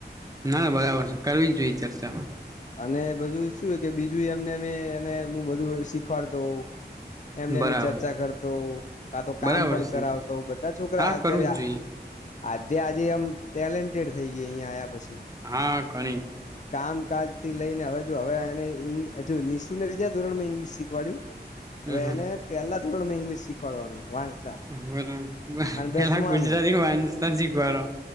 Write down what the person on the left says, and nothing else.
અને બધું શું કે બીજું એમને એને હું બધું શીખવાડતો હોં એમને
અમે ચર્ચા કરતો કા તો કામ
પણ
કરાવતો બધા છોકરા
અત્યારે
આજે આજે આમ ટેલેન્ટેડ થઈ ગયા અહિયાયા આ પછી
કામકાજ થી લઈને હવે જો હવેને શું બીજા ધોરણ માં ઇંગ્લિશ શીખવાડય્યું.
હવે
એને પેલા થોડા ઈંગ્લિશ શીખવાડવાનું વાંચતા
અને
દસમાનું